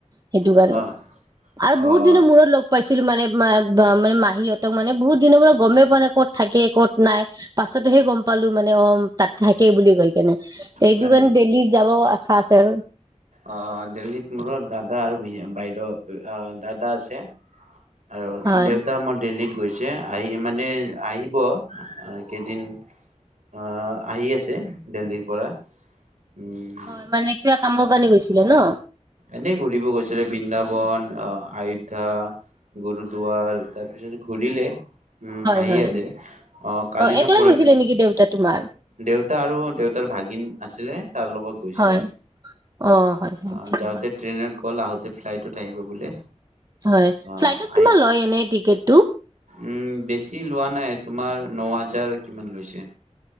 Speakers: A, on the right (about 30°); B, on the right (about 80°).
A: সেইটো
B: অ',
A: কাৰণে আৰু
B: অ',
A: বহুত দিনৰ মূৰত লগ পাইছো ছিল মানে মানে মাহীহঁতক মানে বহুত দিনৰ পৰা গমেই পোৱা নে ক'ত থাকে ক'ত নাই, পাছতহে গম পালো মানে অ তাত থাকে বুলি কৈ কেনে সেইটো
B: হয়
A: কাৰণে দেলহী যাব আশা আছে আৰু
B: আহ দেল্লীত মোৰো দাদা আৰু বাইদেউ অ দাদা আছে আৰু
A: হয়
B: দেউতা মোৰ দেল্লীত গৈছে। আহি মানে আহিব, কেইদিন অ আহি আছে দেল্হীৰ পৰা <unintelligible>
A: হয় মানে কিবা কামৰ কাৰণে গৈছিলে ন?
B: এনে ঘূৰিব গৈছিলে বৃন্দাবন অ আয়োধ্যা গুৰুদুৱাৰ তাৰপিছত ঘূৰিলে উম
A: হয়
B: হাঁহি
A: হয়
B: আছে অ কালি ন
A: একলা
B: পৰা,
A: গৈছিলে নেকি দেউতা তোমাৰ
B: দেউতা আৰু দেউতাৰ ভাগিন আছিলে তাৰ লগত গৈছিলে,
A: হয় অ হয় হয়
B: আহ
A: ঠিকে
B: যাওঁ
A: ক'লা
B: ট্ৰেইনত গ'ল আহোতে ফ্লাইটত আহিব বোলে
A: হয়
B: অ
A: ফ্লাইটত
B: আহি
A: কিমান লয় এনেই টিকেট টো
B: উম বেছি লোৱা নাই তোমাৰ ন হাজাৰ কিমান লৈছে